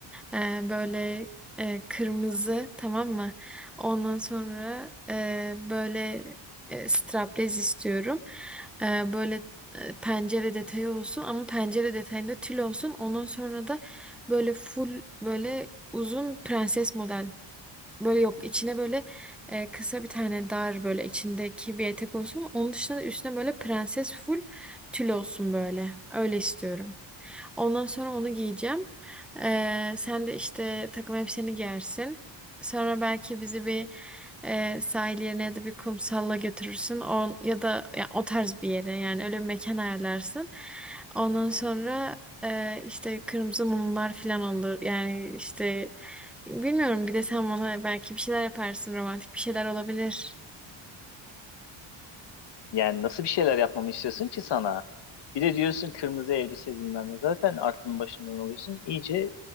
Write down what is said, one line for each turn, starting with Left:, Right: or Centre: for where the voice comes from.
Centre: Ee, böyle e, kırmızı tamam mı? Ondan sonra e, böyle e, straplez istiyorum. Ee, böyle e, pencere detayı olsun ama pencere detayında tül olsun. Ondan sonra da böyle full böyle uzun prenses model. Böyle yok içine böyle e, kısa bir tane dar böyle içindeki bir etek olsun. Onun dışında da üstüne böyle prenses full tül olsun böyle. Öyle istiyorum. Ondan sonra onu giyeceğim. Ee, sen de işte takım elbiseni giyersin. Sonra belki bizi bir e, sahil yerine ya da bir kumsalla götürürsün. O, ya da ya, o tarz bir yere yani öyle bir mekan ayarlarsın. Ondan sonra e, işte kırmızı mumlar falan olur. Yani işte bilmiyorum bir de sen bana belki bir şeyler yaparsın. Romantik bir şeyler olabilir.
Left: Yani nasıl bir şeyler yapmamı istiyorsun ki sana? Bir de diyorsun kırmızı elbise bilmem ne. Zaten aklın başından alıyorsun. İyice